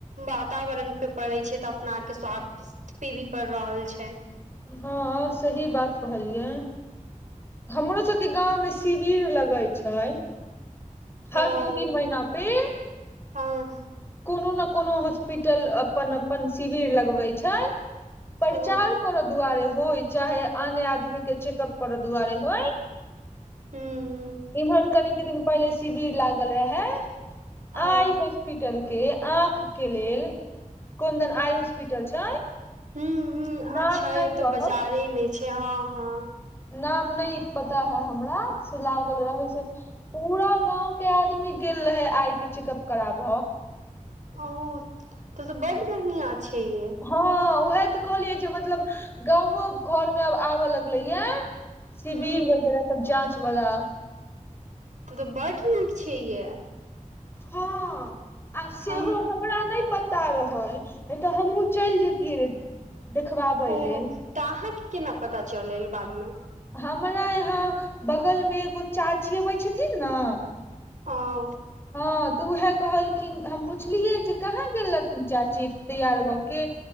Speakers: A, on the right; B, on the left.
A: वातावरण पे पड़े छै तऽ अपना आर के स्वार्थ पे भी पड़ रहल छै
B: हँ सही बात कहलियै हमरो सबके गाँव मे शिविर लगैत छै हर
A: ओ
B: दू तीन महिना पे
A: हँ
B: कोनो ने कोनो हॉस्पिटल अपन अपन शिविर लगबै छै प्रचार
A: हँ
B: करऽ दुआरे होय चाहे अन्य आदमी के चेकअप करऽ दुआरे होय
A: हूँ
B: इम्हर कनिक दिन पहिले शिविर लागल रहे हे आइ
A: ओ
B: होसपी टल के आँख के लेल कोन्दन आई हॉस्पिटल छै
A: हूंम्म हूंम्म
B: नाम
A: आ छै
B: नहि
A: ओतऽ
B: कहब
A: बाजारे मे छै हँ हँ
B: नाम नहि पता है हमरा से लागल रहै से पूरा गाँव के आदमी गेल रहे आइ के चेकअप कराब
A: ओ तब तऽ बड्ड बढ़ियाँ छै यै
B: हँ उएह तऽ कहलियै जे मतलब गाँवो घरमे आब आबऽ लगलै ये शिबिर
A: हूँ
B: वगैरह सब जाँच वाला
A: तब तऽ बड्ड नीक छै ये
B: हँ आ सेहो
A: हम
B: अपन हमरा नहि पता रहै नहि तऽ हमहहुँ चलि जतियै र देखबाबै
A: ओ
B: लेल
A: तऽ अहाँके केना पता चलल बादमे
B: हमरा यहाँ बगल मे एगो चाची अबै छथिन ने
A: हँ
B: हँ तऽ उएह कहलखिन हम पुछलियै जे कहाँ गेल रहथिन चाची तैयार भऽ के